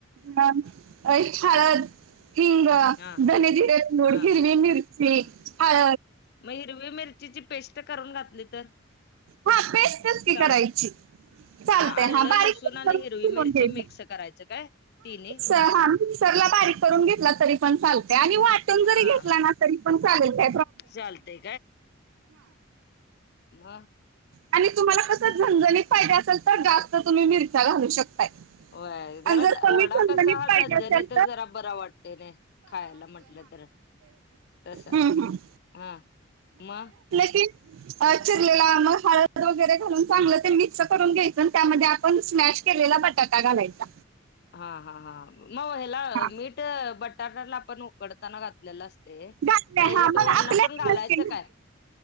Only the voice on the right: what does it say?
ह अ शारत किंगडम
धनी दिर नोडी
हिरवी मिरचीि
हळ
हा बेस्टच की
करायची चालतंय
हा बारीक
करून
फिरून
घ्यायचं
हा मिक्सर ला बारीक करून घेतला तरी पण चालते आणि वा घ
तण का्
आणि तुम्हाला कसं झणझणीत फाये असेल तर जास्त तुम्ही मिरच्या घालू शकताय
आणि जर कमी
खणखणीत
पाहिजे
असेल
हम् हम
की चिरलेला मग हळद वगैरे घालून चांगलं ते मिक्स करून घ्यायच त्या पण स्नॅश केलेला बटाटा घालायचा
हा
घातले
हा
आपल्या
नक्की